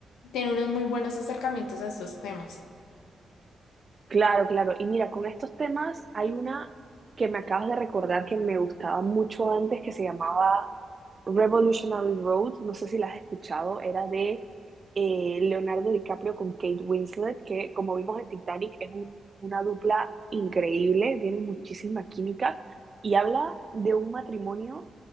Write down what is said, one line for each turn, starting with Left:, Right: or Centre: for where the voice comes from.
Left: tiene unos muy buenos acercamientos a estos temas.
Right: Claro, claro. Y mira, con estos temas hay una que me acabas de recordar que me gustaba mucho antes, que se llamaba Revolutionary Road. No sé si la has escuchado. Era de eh, Leonardo DiCaprio con Kate Winslet, que como vimos en Titanic es un- una dupla increíble, tienen muchísima química y habla de un matrimonio